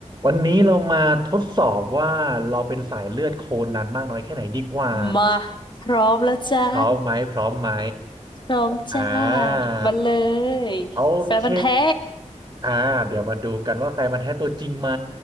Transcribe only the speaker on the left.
มาพร้อมแล้วจ้า
พร้อมจ้า
มาเลย
แฟนพันธุ์แท้